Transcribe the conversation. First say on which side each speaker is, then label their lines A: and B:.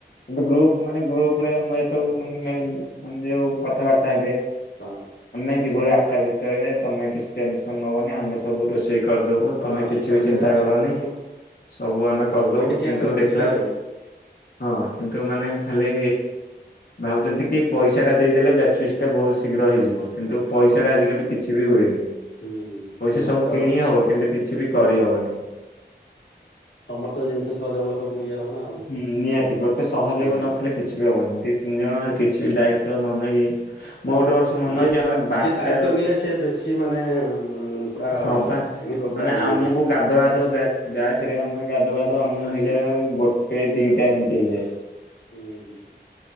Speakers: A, on the left (about 60°); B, on the left (about 80°).
A: ଗ୍ରୁପ ମାନେ ଗ୍ରୁପ ରେ ଆମେ ଯେତେବେଳେ ମାନେ ମାନେ ଯୋଉ କଥାବାର୍ତ୍ତା ହେବେ।
B: ହଁ।
A: ଆମେ ଯିବୁ ଆଠଟା ଭିତରେ ତମେ କିଛି ଟେନ୍ସନ ହବନି ଆମେ ସବୁ ରୋଷେଇ କରିଦବୁ
B: ହଁ
A: ତମେ କିଛି
B: ସିଏ କହିବେ
A: ବି ଚିନ୍ତା
B: ରୋଷେଇ
A: କରନି
B: କରିଦବୁ
A: ସବୁ ଆମେ କରିଦବୁ
B: ହୁଁ କିଛି
A: କିନ୍ତୁ
B: କରି କିଛି
A: ଦେଖ୍
B: କରିବେନି
A: ହଁ କିନ୍ତୁ ମାନେ ଖାଲି ଭାବୁଛନ୍ତି କି ପଇସା ଟା ଦେଇଦେଲେ ବ୍ୟାଚ୍ ଫିଷ୍ଟି ଟା ବହୁତ ଶୀଘ୍ର ହେଇଯିବ କିନ୍ତୁ ପଇସାରେ
B: ହଁ।
A: ଆଜିକାଲି କିଛି ବି ହୁଏନି
B: ହୁଁ
A: ପଇସାରେ
B: ସମସ୍ତ
A: ସବୁ କିଣି ହବ କିନ୍ତୁ କିଛି ବି କରିହବନି।
B: ସମସ୍ତ ଜିନିଷ ସହଯୋଗ ସବୁ ଇଏ ହବ ନା ଆଉ।
A: ହୁଁ ନିହାତି ଗୋଟେ ସହଯୋଗ
B: ହୁଁ
A: ନଥିଲେ କିଛି ବି ହବନି ଦି ତିନି ଜଣ କିଛି ବି ଦାୟିତ୍ୱ ନ ନେଇକି ମୋର ଗୋଟେ ବର୍ଷ ମନେ
B: ଯିଏ
A: ଅଛି ଆମେ ବାରଟା
B: ଯିଏ ଦାୟିତ୍ଵ
A: ବେଳୁ
B: ନିଏ ସେ ବେଶୀ ମାନେ ପୁରା
A: ହଁ ପା
B: ମୁଣ୍ଡ ପୁରା
A: ମାନେ
B: ଇଏ
A: ଆମକୁ
B: ହୁଏ
A: ଗାଧଉ ଗାଧଉ ବ୍ୟାଚ୍ ବ୍ୟାଚ୍ ରେ ଆମେ ଗାଧୋଉ ଗାଧୋଉ ଆମକୁ ହେଇଯାଏ ଗୋଟେ ଦିଟା ଏମିତି ହେଇଯାଏ।
B: ହୁଁ ହୁଁ।